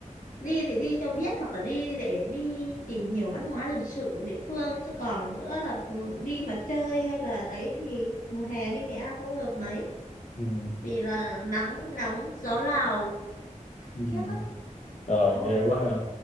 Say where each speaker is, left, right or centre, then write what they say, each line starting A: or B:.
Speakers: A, on the left; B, on the left.
A: đi thì đi cho biết hoặc là đi để đi tìm hiểu văn hóa lịch sử địa phương chứ còn nữa là ừ, đi mà chơi hay là ấy thì mùa hè đi Nghệ An không hợp mấy
B: Ừm.
A: vì là nắng nóng gió Lào
B: Ừ.
A: khiếp lắm
B: Rồi
A: Ồ,
B: ghê quá ha.